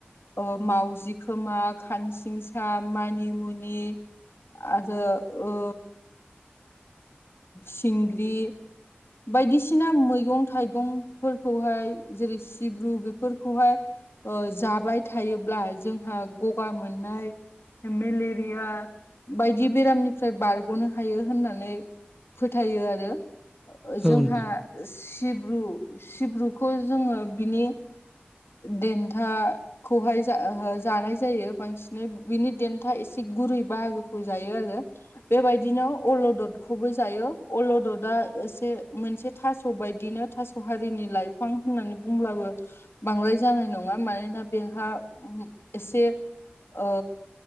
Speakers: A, on the left; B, in the centre.
A: ओ माउजि खोमा खानसिंसा मानिमुनि आरो ओ सिंग्रि बायदिसिना मैगं थाइगंफोरखौहाय जेरै सिब्रु बेफोरखौहाय ओ जाबाय थायोब्ला जोंहा गगा मोननाय मेलेरिया बायदि बेरामनिफ्राय बारग'नो हायो होननानै फोथायो आरो ओ
B: औ नोंथां औ
A: जोंहा
B: नोंथां
A: सिब्रु सिब्रुखौ जोङो बिनि देन्था खौहाय जा जानाय जायो बांसिनै बिनि देन्था एसे गुरै बाहागोखौ जायो आरो बेबायदिनो अलददखौबो जायो अलददआ एसे मोनसे थास' बायदिनो थास' हारिनि लाइफां होननानै बुंब्लाबो बांद्राय जानाय नङा मानोना बेहा एसे ओ